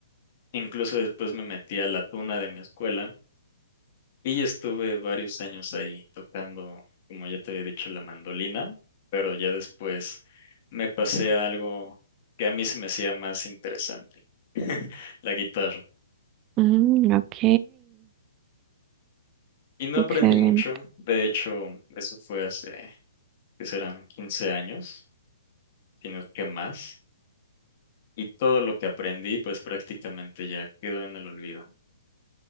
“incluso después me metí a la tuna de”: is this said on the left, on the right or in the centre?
Left